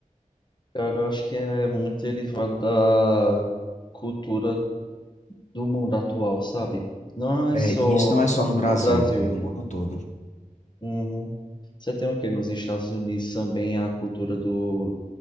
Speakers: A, on the left; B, on the left.
A: Cara, eu acho que é muito derivado da cultura do mundo atual, sabe? Não é
B: É,
A: só
B: e isso não é só no Brasil,
A: no Brasil.
B: é no mundo todo.
A: Uhum. Você tem o quê? Nos Estados Unidos também a cultura do